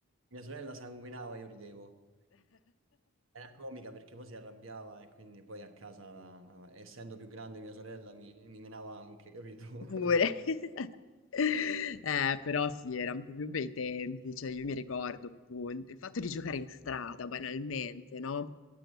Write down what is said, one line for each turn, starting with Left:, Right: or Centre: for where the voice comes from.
Right: mia sorella sanguinava, io ridevo. Era comica perché poi si arrabbiava e quindi poi a casa, essendo più grande mia sorella, mi, mi menava anche, capito? <laughs>
Left: Pure. <laughs> Eh, però sì, erano proprio bei tempi, cioè io mi ricordo appunto il fatto di giocare in strada banalmente, no?